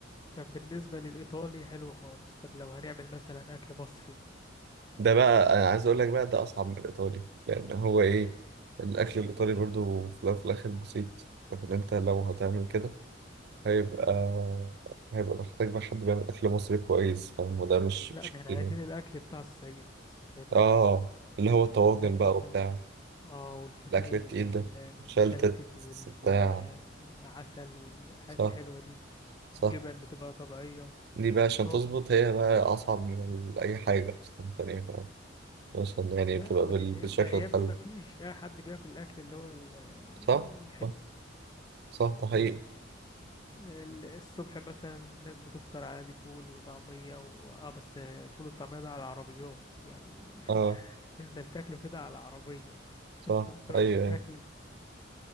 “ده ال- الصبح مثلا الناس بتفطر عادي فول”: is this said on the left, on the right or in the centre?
Left